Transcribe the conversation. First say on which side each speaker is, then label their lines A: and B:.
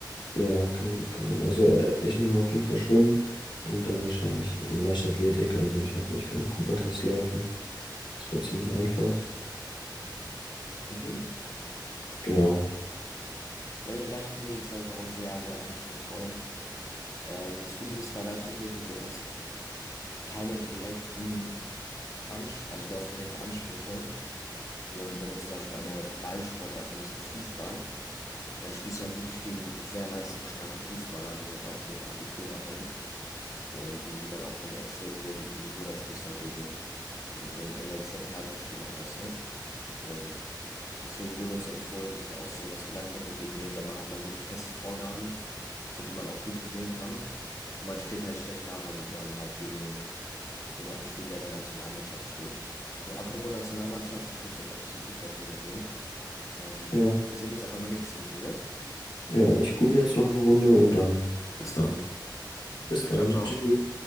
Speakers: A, on the left; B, on the left.
A: Ja, kann, kann sein. Also äh, ich nehme auf jeden Fall Schwimmen und dann wahrscheinlich Leichtathletik. Also ich hoffe, ich kann den Cooper-Test laufen. Das wäre ziemlich einfach.
B: Mhm.
A: Genau.
B: Le- Leichtathletik ist, glaube ich, aber sehr, sehr anspruchsvoll. Ähm, das Gute ist bei Leichtathletik, du hast keine direkten. Ans also du hast direkte Ansprüche. Und wenn du zum Beispiel eine Ballsportart nimmst wie Fußball, dann spielst du halt wirklich gegen sehr leistungsstarke Fußballer, die halt auch eben Abitur machen. Und die sind dann auf einem extrem hohen Niveau. Da spielst du halt gegen, gegen so einen NLZ-Hertha-Spieler, weißt du. Und deswegen wurde uns empfohlen, dass wir auch sowas wie Leichtathletik nehmen, weil man hat dann wirklich feste Vorgaben, für die man auch gut trainieren kann. Und man steht halt schlecht da, weil man halt gegen jemanden spielt, der in der Nationalmannschaft spielt. Und apropos Nationalmannschaft, ich muss jetzt auch zum Fußballtraining gehen. Ähm,
A: Ja.
B: wir sehen uns aber beim nächsten Meeting, ne?
A: Ja, ich google jetzt noch eine Runde und
B: Okay,
A: dann.
B: bis dann.
A: Ja. Bis dann.
B: Ciao, ciao.
A: Tschüss.